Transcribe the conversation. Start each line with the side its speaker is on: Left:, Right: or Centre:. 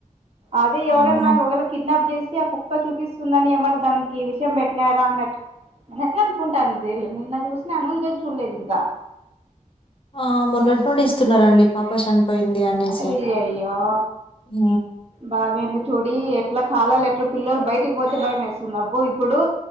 Right: అదే ఎవరన్న
Left: అవును
Right: దొంగలు ఎత్తుకు కిడ్నాప్ చేసి ఆ కుక్క చూపిస్తుందని ఏమన్నా దానికి విషయం పెట్టినారా అన్నట్టు ఎట్లా అనుకుంటాను రీల్ నిన్ను చూసినాను ఇంకా చూడలేదు ఇంకా
Left: ఆ మొన్నటి నుండి ఇస్తున్నారండి. పాప చనిపోయింది అనేసి
Right: అయ్యయ్యో
Left: ఆ
Right: బాగైంది చూడి, ఎట్లా కాలాలు ఎట్లా పిల్లలు బయటికి పోతే భయం అయితుంది. అబ్బో ఇప్పుడు